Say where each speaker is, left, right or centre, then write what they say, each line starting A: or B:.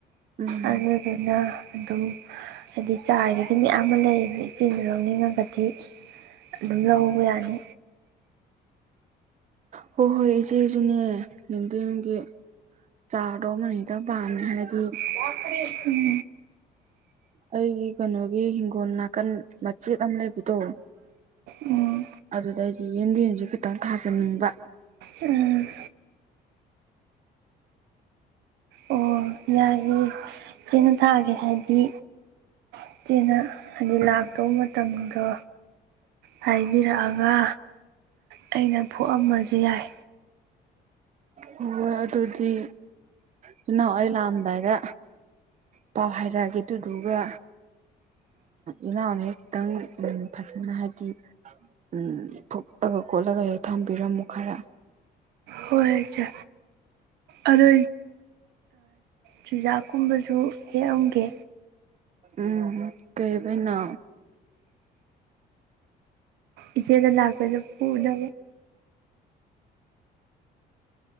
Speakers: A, on the right (about 45°); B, on the right (about 80°).
A: ꯎꯝ
B: ꯑꯗꯨꯗꯨꯅ ꯑꯗꯨꯝ ꯍꯥꯏꯗꯤ ꯆꯥꯒꯤꯗꯤ ꯃꯌꯥꯝ ꯑꯃ ꯂꯩ ꯏꯆꯦꯗꯨ ꯂꯧꯅꯤꯡꯉꯒꯗꯤ ꯑꯗꯨꯝ ꯂꯧꯕ ꯌꯥꯅꯤ
A: ꯍꯣꯏ ꯍꯣꯏ ꯏꯆꯦꯁꯨꯅꯦ ꯌꯦꯟꯗꯦꯝꯒꯤ ꯆꯥꯗꯣ ꯑꯃ ꯍꯦꯛꯇ ꯄꯥꯝꯃꯦ ꯍꯥꯏꯗꯤ
B: ꯌꯥꯦ ꯎꯝ
A: ꯑꯩꯒꯤ ꯀꯩꯅꯣꯒꯤ ꯍꯤꯡꯒꯣꯜ ꯅꯥꯀꯟ ꯃꯆꯦꯠ ꯑꯃ ꯂꯩꯕꯗꯣ
B: ꯎꯝ
A: ꯑꯗꯨꯗ ꯑꯩꯗꯤ ꯌꯦꯟꯗꯦꯝꯁ ꯈꯤꯇꯪ ꯊꯥꯖꯟꯅꯤꯡꯕ
B: ꯎꯝ ꯑꯣ ꯌꯥꯏꯌꯦꯦ ꯀꯩꯅ ꯊꯥꯒꯦ ꯍꯥꯏꯗꯤ ꯏꯆꯦꯅ ꯍꯥꯏꯗꯤ ꯂꯥꯛꯇꯧꯕ ꯃꯇꯝꯗꯣ ꯍꯥꯏꯕꯤꯔꯛꯑꯒ ꯑꯩꯅ ꯐꯨꯛꯑꯝꯃꯁꯨ ꯌꯥꯏ
A: ꯍꯣꯏꯣꯏ ꯑꯗꯨꯗꯤ ꯆꯅꯥꯎ ꯑꯩ ꯂꯥꯛꯑꯝꯗꯥꯏꯗ ꯄꯥꯎ ꯍꯥꯏꯔꯛꯑꯒꯦ ꯑꯗꯨꯗꯨꯒ ꯏꯅꯥꯎꯅꯁ ꯈꯤꯇꯪ ꯐꯖꯅ ꯍꯥꯏꯗꯤ ꯎꯝ ꯐꯨꯛꯑꯒ ꯈꯣꯠꯂꯒ ꯊꯝꯕꯤꯔꯝꯃꯨ ꯈꯔ
B: ꯍꯣꯏꯆꯦ ꯑꯗꯨ ꯆꯨꯖꯥꯛꯀꯨꯝꯕꯁꯨ ꯍꯦꯛꯑꯝꯒꯦ
A: ꯎꯝ ꯀꯩꯕꯅ
B: ꯏꯆꯦꯗ ꯂꯥꯛꯒꯂ ꯄꯨꯅ